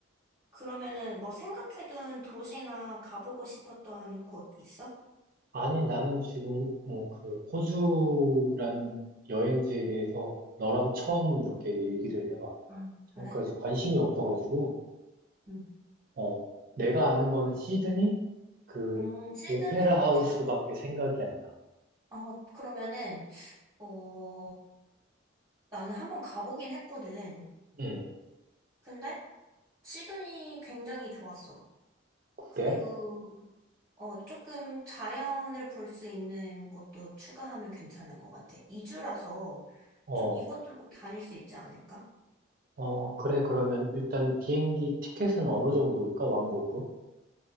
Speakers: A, on the right (about 20°); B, on the right (about 45°).
A: 그러면은 뭐 생각해둔 도시나 가보고 싶었던 곳 있어?
B: 아니, 나는 지금, 어, 그, 호주라는 여행지에 대해서 너랑 처음 이렇게 얘기를 해봐.
A: 아,
B: 지금까지
A: 그래?
B: 관심이 없어가지고,
A: 응.
B: 어, 내가 아는 거는 시드니? 그,
A: 음, 시드니
B: 오페라 하우스밖에
A: 좋,
B: 생각이 안 나.
A: 어, 그러면은, 어, 나는 한번 가보긴 했거든.
B: 응,
A: 근데 시드니 굉장히 좋았어.
B: 그래?
A: 그리고 어, 조금 자연을 볼 수 있는 것도 추가하면 괜찮을 것 같아. 2주라서
B: 어,
A: 좀 이것저것 다닐 수 있지 않을까?
B: 어, 그래, 그러면 일단 비행기 티켓은 어느 정도일까? 왕복으로?